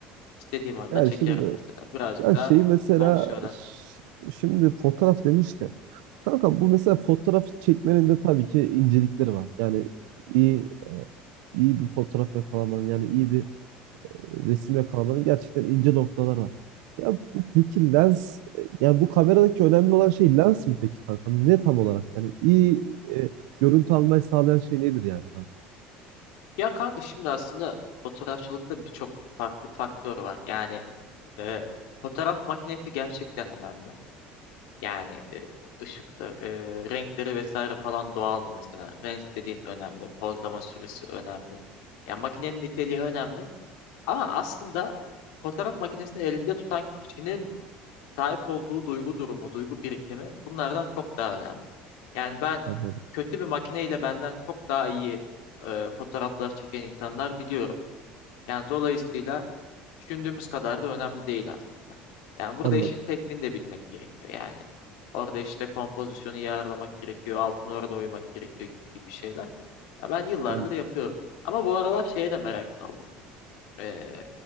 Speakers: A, on the left; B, on the right.
A: İstediğim anda
B: Yani
A: çekerim
B: şimdi
A: mesela. Birazcık
B: yani
A: daha
B: şeyi mesela
A: fonksiyonel.
B: ş- şimdi fotoğraf demişken kanka bu mesela fotoğraf çekmenin de tabii ki incelikleri var. Yani iyi e, iyi bir fotoğraf yakalamanın yani iyi bir e, resim yakalamada gerçekten ince noktalar var. Ya bu peki lens, e, yani bu kameradaki önemli olan şey lens mi peki kanka? Ne tam olarak? Yani iyi e, görüntü almayı sağlayan şey nedir yani kanka?
A: Ya kanka şimdi aslında fotoğrafçılıkta birçok farklı faktör var. Yani e, fotoğraf makinesi gerçekten önemli. Yani e, ışıkları, e, renkleri vesaire falan doğal mı mesela? Renk dediğin önemli. Pozlama süresi önemli. Yani makinenin niteliği önemli. Ama aslında fotoğraf makinesini elinde tutan kişinin sahip olduğu duygu durumu, duygu birikimi bunlardan çok daha önemli. Yani ben
B: Anladım.
A: kötü bir makineyle benden çok daha iyi e, fotoğraflar çeken insanlar biliyorum. Yani dolayısıyla düşündüğümüz kadar da önemli değil aslında. Yani burada
B: Anladım.
A: işin tekniğini de bilmek gerekiyor. Yani orada işte kompozisyonu iyi ayarlamak gerekiyor, altın orana uymak gerekiyor gibi gibi şeyler. Ya ben yıllardır
B: Anladım.
A: yapıyorum. Ama bu aralar şeye de merak saldım. Ee,